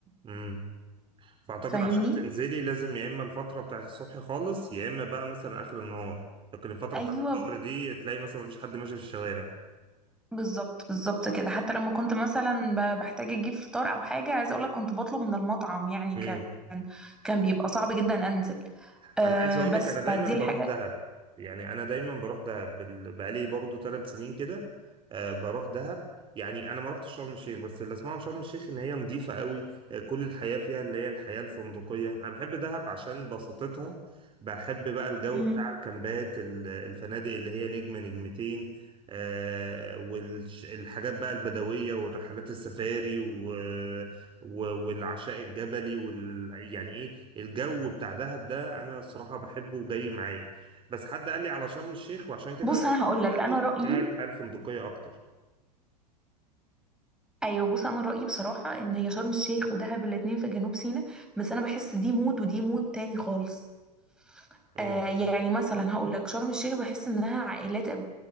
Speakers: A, on the right; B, in the centre.
A: امم فاعتقد
B: فاهمني
A: عشان تنزلي لازم يا اما الفتره بتاعت الصبح خالص يا اما بقى مثلا اخر النهار لكن الفتره
B: ايوه
A: بتاعت الظهر
B: ب-
A: دي تلاقي مثلا مفيش حد ماشي في الشوارع
B: بالظبط بالظبط كده حتى لما كنت مثلا ب- بحتاج اجيب فطار او حاجه عايزه اقول لك كنت بطلب من المطعم يعني
A: امم
B: كان كان بيبقى صعب جدا انزل أه
A: انا عايز اقول
B: بس
A: لك انا دايما
B: فدي
A: بروح
B: الحاجه
A: دهب يعني انا دايما بروح دهب بال- بقالي برضو ثلاث سنين كده آه بروح دهب يعني انا ما رحتش شرم الشيخ بس اللي اسمعه عن شرم الشيخ ان هي نظيفه قوي آه كل الحياه فيها اللي هي الحياه الفندقيه انا بحب دهب عشان بساطتها بحب بقى الجو
B: مم.
A: بتاع الكامبات ال- الفنادق اللي هي نجمه نجمتين آه والحاجات بقى البدويه والرحلات السفاري و... و... والعشاء الجبلي وال... يعني ايه الجو بتاع دهب ده انا الصراحه بحبه وجاي معايا بس حد قال لي على شرم الشيخ وعشان كده
B: بص انا هقول
A: بسالك
B: لك انا رايي
A: إن هي الحياه الفندقيه اكتر
B: ايوه بص انا رايي بصراحه ان هي شرم الشيخ ودهب الاتنين في جنوب سيناء بس انا بحس دي مود ودي مود تاني خالص
A: اه
B: أه يعني مثلا هقول لك شرم الشيخ بحس انها عائلات قوي،